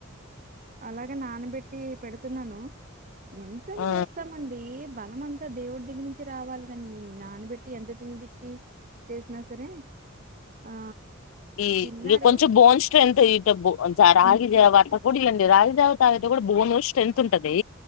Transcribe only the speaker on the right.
అలాగే నానబెట్టి పెడుతున్నాను ఎంతని
చేస్తామండి బల అంతా దేవుడి దగ్గర నుంచి రావాలి కాని నేను నానబెట్టి ఎంత తినిపచ్చి చేసినా సరే ఆ
తిన్నారు